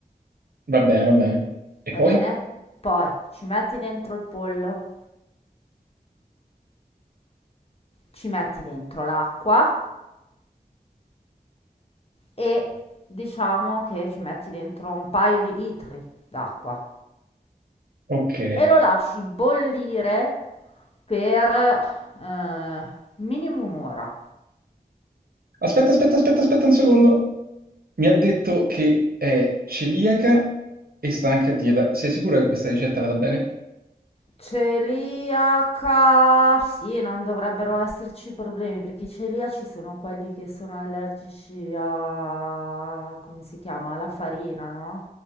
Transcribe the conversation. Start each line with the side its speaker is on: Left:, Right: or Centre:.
Right: va bene, va bene. E
Left: Va
Right: poi?
Left: bene? Poi ci metti dentro il pollo, ci metti dentro l'acqua e diciamo che ci metti dentro un paio di litri d'acqua
Right: Ok.
Left: e lo lasci bollire per eh, minimo un'ora.
Right: Aspetta, aspetta, aspetta, aspetta un secondo. Mi ha detto che è celiaca e sta anche a dieta. Sei sicura che questa ricetta vada bene?
Left: Celiaca, sì, non dovrebbero esserci problemi perché i celiaci sono quelli che sono allergici a, come si chiama, alla farina, no?